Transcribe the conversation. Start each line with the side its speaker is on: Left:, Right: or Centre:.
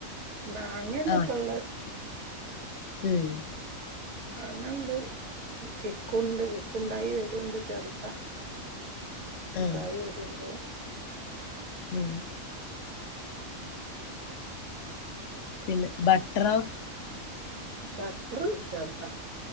Right: മാങ്ങന്നെ
Left: ആഹ്
Right: ഇപ്പ ഇള്ള
Left: ഉം
Right: മാങ്ങണ്ട്, ചിക്കുണ്ട് ചിക്കുണ്ടായി വരുണ്ട് ചെറുതാ ഉണ്ടായി
Left: ആഹ്
Right: വര്ണ്ട്
Left: ഉം പിന്നെ ബ ട്ടറോ
Right: ബട്ടർ ചെറുതാ